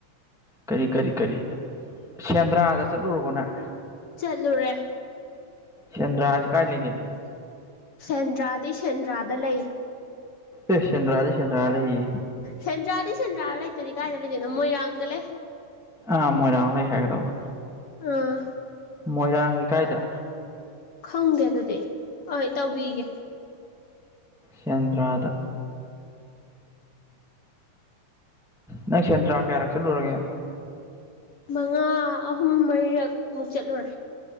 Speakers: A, in the centre; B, on the left (about 55°).
A: ꯀꯔꯤ ꯀꯔꯤ ꯀꯔꯤ ꯁꯦꯟꯗ꯭ꯔꯥꯗ ꯆꯠꯂꯨꯔꯕꯣ ꯅꯪ
B: ꯆꯠꯂꯨꯨꯔꯦ
A: ꯁꯦꯟꯗ꯭ꯔꯥꯖꯤ ꯀꯥꯏ ꯂꯩꯒꯦ
B: <inaudible> ꯁꯦꯟꯗ꯭ꯔꯥꯗꯤ ꯁꯦꯟꯗ꯭ꯔꯥꯗ ꯂꯩ
A: ꯑꯦ ꯁꯦꯟꯗ꯭ꯔꯥꯗꯤ ꯁꯦꯟꯗ꯭ꯔꯥ ꯂꯩꯌꯦ
B: ꯁꯦꯟꯗ꯭ꯔꯥꯗꯤ ꯁꯦꯟꯗ꯭ꯔꯥꯗ ꯂꯩꯇꯗꯤ ꯀꯥꯏꯗ ꯂꯩꯗꯣꯏꯅꯣ ꯃꯣꯏꯔꯥꯡꯗ ꯂꯩ
A: ꯑꯥ ꯃꯣꯏꯔꯥꯡ ꯂꯩ ꯍꯥꯏꯒꯗꯧꯕ
B: ꯑꯥ
A: ꯃꯣꯏꯔꯥꯡꯒꯤ ꯀꯥꯏꯗ
B: ꯈꯪꯗꯦ ꯑꯗꯨꯗꯤ ꯍꯣꯏ ꯇꯧꯕꯤꯒꯦ
A: ꯁꯦꯟꯗ꯭ꯔꯥꯗ ꯅꯪ ꯁꯦꯟꯗ꯭ꯔꯥ ꯀꯌꯥꯔꯛ ꯆꯠꯂꯨꯔꯒꯦ
B: ꯃꯉꯥ ꯑꯍꯨꯝ ꯃꯔꯤꯔꯛ ꯃꯨꯛ ꯆꯠꯂꯨꯔꯦ